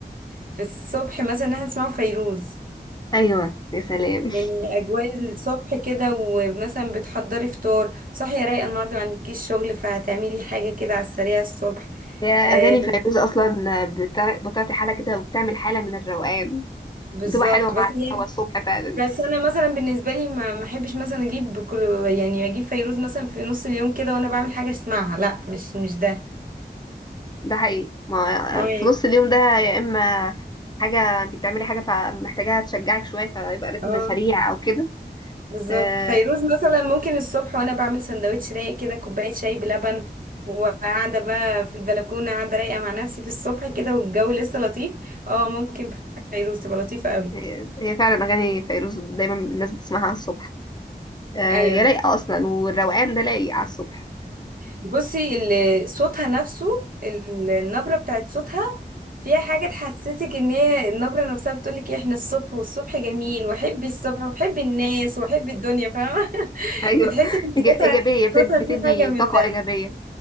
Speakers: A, on the right; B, on the left.
A: في الصبح مثلا ان احنا نسمعه فيروز
B: أيوة يا سلام
A: يعني اجواء الصبح كده ومثلا بتحضري فطار صاحيه رايقه النهارده ما عندكيش شغل فهتعملي حاجه كده على السريع الصبح
B: <laughs> هي أغاني
A: آه
B: فيروز أصلا بتع- بتعطي حالة كده وبتعمل حالة من الروقان
A: بالظبط
B: بتبقى حلوة
A: بس
B: مع
A: يعني
B: الهوا الصبح فعلا
A: بس انا مثلا بالنسبه لي ما ما احبش مثلا اجيب كل يعني اجيب فيروز مثلا في نص اليوم كده وانا بعمل حاجه اسمعها لا مش مش ده
B: ده حقيقي ما
A: اه يعني.
B: في نص اليوم ده يا إما حاجة أنت بتعملي حاجة فمحتاجاها تشجعك شوية فيبقى رتم
A: اه
B: سريع أو كده
A: بالظبط
B: آه،
A: فيروز مثلا ممكن الصبح وانا بعمل سندوتش رايق كده كوبايه شاي بلبن وقاعده بقى في البلكونه قاعده رايقه مع نفسي في الصبح كده والجو لسه لطيف اه ممكن فيروز تبقى لطيفه قوي
B: هي هي فعلا أغاني فيروز دايما الناس بتسمعها الصبح آه،
A: ايوه
B: هي لايقة أصلا والروقان ده لايق على الصبح
A: بصي ال- صوتها نفسه ال- النبرة بتاعت صوتها فيها حاجة تحسسك ان هي النبرة نفسها بتقولك إيه، احنا الصبح والصبح جميل وحبي الصبح وحبي الناس وحبي الدنيا فاهمة <laughs>
B: أيوة
A: بتحسي
B: <laughs>
A: ان صوتها
B: إيج- إيجابية بتد-
A: صوتها
B: بتدي
A: فيه حاجة من
B: طاقة
A: ده
B: إيجابية